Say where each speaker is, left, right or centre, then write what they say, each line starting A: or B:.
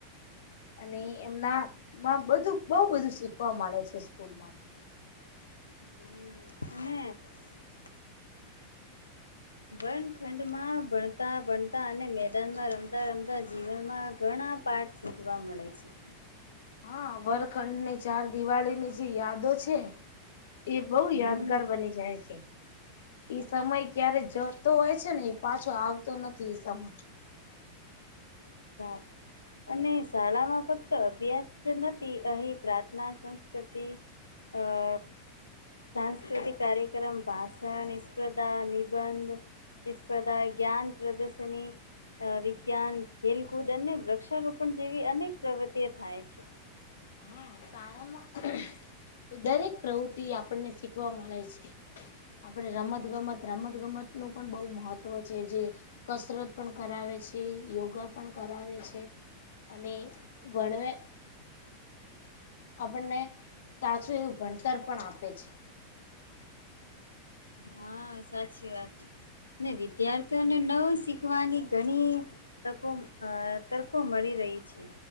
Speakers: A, on the left; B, on the left.
A: અને એમના માં બધું બઉ બધું શીખવા મળે છે સ્કૂલ માંથી.
B: હમ્મ અને વનખંડમાં ભણતા ભણતા અને મેદાનમાં રમતા રમતા જીવનમાં ઘણા પાઠ શીખવા મળે છે.
A: હા વરખંડની ચાર દિવાળીની જે યાદો છે એ બહુ
B: હમ
A: યાદ ઘર બની જાય છે. એ સમય ક્યારે જતો હોય છે ને એ પાછો આવતો નથી એ સમય.
B: સાછું અને શાળામાં ફક્ત અભ્યાસ જ નથી. અહીં પ્રાર્થના સંસ્કૃતિ અ સાંસ્કૃતિક કાર્યક્રમ, ભાષણ, સ્પર્ધા, નિબંધ પ્રતિસ્પર્ધા જ્ઞાન પ્રદર્શની વિજ્ઞાન ખેલકૂદ અને વૃક્ષારોપણ જેવી અનેક પ્રવૃતિઓ થાય છે.
A: હા શાળામાં દરેક પ્રવૃતિ આપણને શીખવા મળે છે. આપડે રમત ગમત રમત ગમત નું પણ બહુ મહત્વ છે. જે કસરત પણ કરાવે છે યોગા પણ કરાવે છે. અને વણવે આપણને સાચું એવું ભણતર પણ આપે છે.
B: હા સાચી વાત ને વિદ્યાર્થીઓને નવું શીખવાની ઘણી તકો તરકો મળી રહી છે.